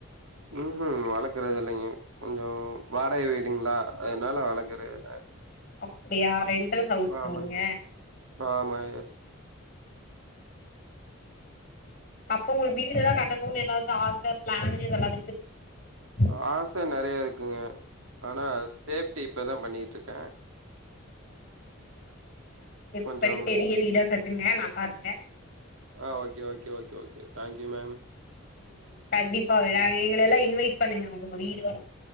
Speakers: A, on the right; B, on the left.
A: ம்ஹூம் வளக்கறது இல்லங்க கொஞ்சோ வாடக வீடுங்ளா அதனால வளக்கறது இல்ல
B: அப்டியா ரெண்டல் ஹவுஸா
A: ஆமாங்க.
B: நீீங்க
A: ஆமா எஸ்
B: அப்ப உங்களுக்கு வீடு ஏதா கட்டணுன் எதாவது ஆச பிளான் இதெல்லா வச்சு ஆ
A: ஆச நெறைய இருக்குங்க ஆனா சேஃப்ட்டி இப்பதா பண்ணிட்ருக்கே.
B: <inaudible> ஓகே ஓகே நல்லா சேப்டி
A: கொஞ்சம்
B: பண்ணி பெரிய வீடா கட்டுங்க நல்லா இருங்க.
A: ஆ okay okay okay okay thank you ma'am.
B: ம் கண்டிப்பா ஒருநாள்
A: ம்.
B: எங்களையெல்லா இன்வைட் பண்ணுங்க உங்குங்க வீடு